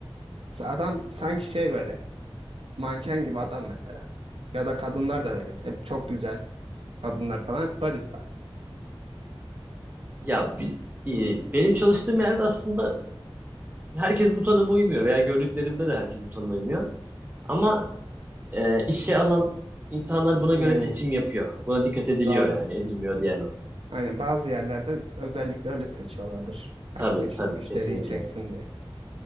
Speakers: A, on the right; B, on the right.
A: Adam sanki şey böyle manken gibi adam mesela. Ya da kadınlar da öyle. Hep çok güzel kadınlar falan hep barista.
B: Ya biz, e, benim çalıştığım yerde aslında herkes bu tanıma uymuyor veya gördüklerimde de herkes bu tanıma uymuyor. Ama e, işe alan insanlar buna
A: Hmm,
B: göre seçim yapıyor. Buna dikkat ediliyor
A: doğru.
B: yani edilmiyor diyemem.
A: Aynen bazı yerlerde özellikle öyle seçiyorlardır. Hani
B: Tabii
A: müş-
B: tabii
A: müşteriyi
B: kesinlikle.
A: çeksin diye.